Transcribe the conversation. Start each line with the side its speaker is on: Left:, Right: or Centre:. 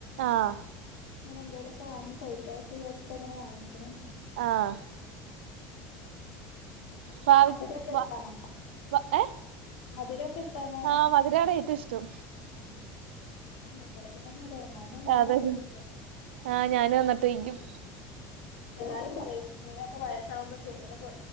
Right: ആഹ്
Left: അങ്ങനെന്തേലൊക്കെ വാങ്ങി കഴിക്കാന്നക്കെ വിജാര്ച്ചിട്ടാ അങ്ങനെ വാങ്ങിക്ക്ണ് ണ്ട്
Right: ആഹ് ഭാവി
Left: മധുരൊക്കെ
Right: വ
Left: ഇഷ്ടാണോ
Right: വ ഏഹ്
Left: മധുരൊക്കെ ഇഷ്ടാണോ
Right: ആഹ് മധുരാണേ റ്റുഷ്ടം
Left: ഏഹ് എന്നെ പോലെയൊക്കെ തന്നെല്ല ഞാനും നല്ല
Right: അതെ
Left: മധുരം കൂട്ടാ
Right: ആഹ് ഞാന് വന്നിട്ടയ്ക്യും
Left: എല്ലരും പറയും നീ ഒക്കെ വയസാവുമ്പോ ഷുഗറെപോ